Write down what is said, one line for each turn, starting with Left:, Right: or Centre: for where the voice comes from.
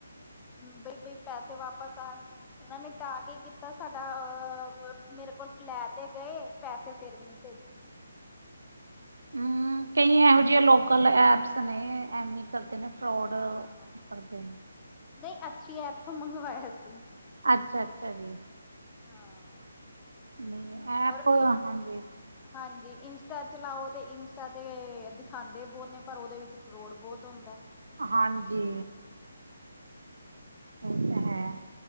Left: ਬਈ ਬਈ ਪੈਸੇ ਵਾਪਸ ਆਉਣ ਇਹਨਾਂ ਨੇ ਤਾਂ ਕੀ ਕੀਤਾ ਸਾਡਾ, ਅ ਮੇਰੇ ਕੋਲ ਲੈ ਤੇ ਗਏ ਪੈਸੇ ਫੇਰ ਵੀ ਨਹੀਂ ਭੇਜੇ
Right: ਹਮ ਕਈ ਇਹੋ ਜਿਆਂ ਲੋਕਲ ਐਪਸ ਨੇ ਹਾਂਜੀ ਹੀ ਕਰਦੀ ਆ ਫਰੋਡ
Left: ਹਾਂ
Right: ਕਰਦੇ ਨੇ
Left: ਨਹੀਂ ਅੱਛੀ ਐਪ ਤੋਂ ਮੰਗਵਾਇਆ ਸੀ।
Right: ਅੱਛਾ ਅੱਛਾ ਜੀ।
Left: ਹਾਂ
Right: ਨਹੀਂ ਐਪ
Left: ਔਰ
Right: ਹਾਂਜੀ।
Left: ਹਾਂਜੀ ਇੰਸਟਾ ਚਲਾਓ ਤੇ ਇੰਸਟਾ ਤੇ ਦਿਖਾਉਂਦੇ ਬਹੁਤ ਨੇ ਪਰ ਉਹਦੇ ਵਿੱਚ ਫਰੋਡ ਬਹੁਤ ਹੁੰਦਾ।
Right: ਹਾਂਜੀ
Left: ਹਾਂ
Right: ਇਹ ਤਾਂ ਹੈ।